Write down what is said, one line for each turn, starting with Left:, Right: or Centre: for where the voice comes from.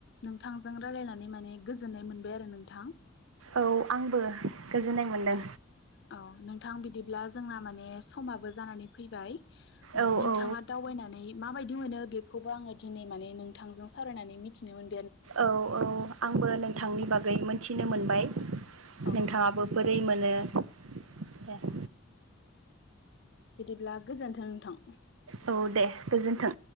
Left: नोंथांजों रायलायनानै माने गोजोननाय मोनबाय आरो नोंथां।
Right: औ आंबो गोजोननाय मोनदों
Left: औ औ नोंथां बिदिब्ला जोंना माने समाबो जानानै फैबाय माने
Right: औ
Left: नोंथाङा
Right: औ
Left: दावबायनानै माबायदि मोनो बेखौबो आङो दिनै माने नोंथांजों सावरायनानै मिथिनो मोन
Right: औ औ आंबो नोंथांनि बागै गै मोनथिनो मोनबाय।
Left: औ
Right: नोंथाङाबो दै मोनो। एह।
Left: औ बिदिब्ला गोजोन्थों नोंथां।
Right: औ दे गोजोन्थों।